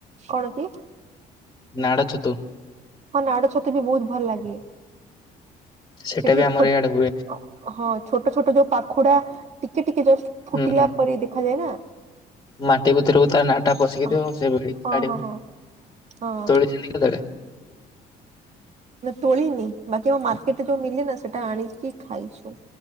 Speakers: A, on the right (about 40°); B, on the left (about 20°).
A: କଣ କି?
B: ନାଡଛତୁ।
A: ହଁ ନାଡ ଛତୁ ବି ବୋହୁତ ଭଲ ଲାଗେ
B: ସେଇଟା
A: ସେଟିକେ
B: ବି ଆମର
A: ଛୋଟ।
B: ଇଆଡେ ହୁଏ
A: ହଁ ଛୋଟ ଛୋଟ ଯୋଉ ପାଖୁଡା ଟିକେ ଟିକେ ଜଷ୍ଟ
B: ହୁଁ
A: ଫୁଟିଲା
B: ହୁଁ
A: ପରେ ଦେଖାଯାଏ ନା।
B: ମାଟି ଭିତରକୁୁ ତା ନା ଟା ପଶିକି
A: ହଁ
B: ଥିବ ସେ ଭିଡ଼ିକି କାଢିବୁ
A: ହଁ ହଁ ହଁ
B: ତୋଳି ଚନ୍ତି କେତେବେଳେ?
A: ତୋଳିନି ବାକି ଆମ ମାର୍କେଟରେ ଯୋଉ ମିଲେ ନା ସେଟା ଆଣିିକି ଖାଇଛୁ।